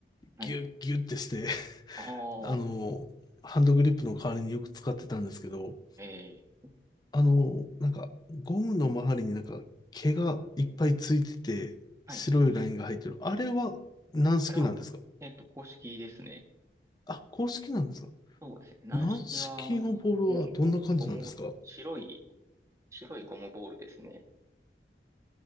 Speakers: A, on the right (about 15°); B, on the left (about 25°).
A: あ、
B: ギュッギュッってして、
A: はい。ああ、
B: <laughs> あの、ハンドグリップの代わりによく使ってたんですけど、
A: ええ
B: あの、なんか、ゴムの周りになんか毛がいっぱいついてて、
A: はい。
B: 白いラインが入ってる。あれは軟式なんですか
A: あれは、えっと、公式ですね。
B: あ、公式なんですか
A: そうですね。軟式は、
B: 軟式のボールはどんな感じなんですか
A: もうゴ、ゴム、白い、白いゴムボールですね。